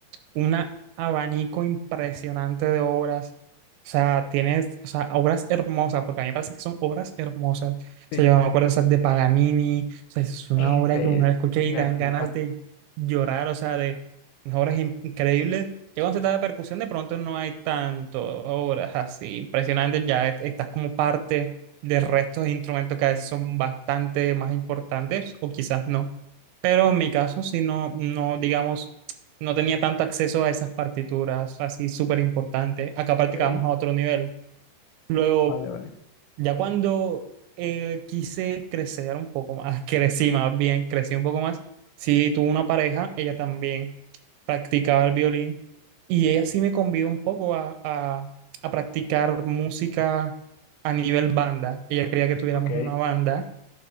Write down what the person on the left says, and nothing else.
sí,
este
es
un
artista.
Ok,
vale, vale.
Ok,